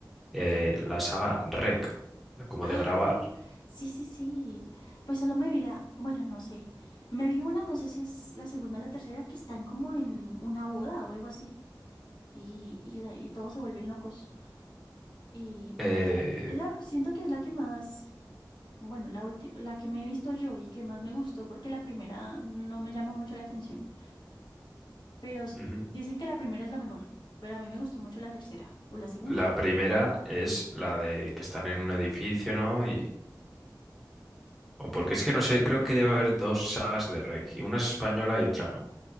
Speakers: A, in the centre; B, on the left.
A: eh, la saga REC, como
B: Ah,
A: de grabar.
B: sí, sí, sí. Pues solo me vi la, bueno, no sé. Me vi una, no sé si es la segunda o la tercera, que están como en una boda o algo así. Y, y, la- y todos se vuelven locos. Y,
A: Eh,
B: o sea, ella siento que es la que más, bueno, la ulti- la que me he visto yo y que más me gustó, porque la primera no me llama mucho la atención. Pero sí-
A: ujú.
B: dicen que la primera es la mejor, pero a mí me gustó mucho la tercera. ¿O la segunda?
A: La primera es la de que están en un edificio, ¿no? Y, o porque es que no sé, creo que debe haber dos sagas de REC, y una es española y otra no.